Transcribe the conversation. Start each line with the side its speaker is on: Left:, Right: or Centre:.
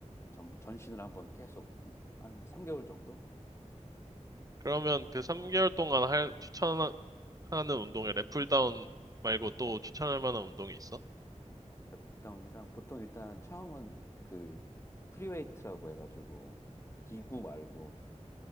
Left: 전부 전신을 한번 계속 한 3개월 정도?
Right: 그러면 그 3개월 동안 할, 추천하는 운동에 랩풀다운 말고 또 추천할 만한 운동이 있어?
Left: 플다운이랑 보통 일단 처음은 그 프리웨이트라고 해가지고 기구 말고